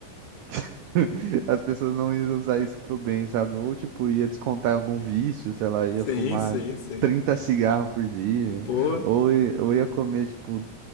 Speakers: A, on the right; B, on the left.
A: <laughs> As pessoas não iam usar isso pro bem, sabe? Ou, tipo, ia descontar em algum vício, sei lá, ia
B: Sim,
A: fumar
B: sim, sim.
A: 30 cigarros por dia,
B: Pô,
A: ou, i- ou ia comer, tipo,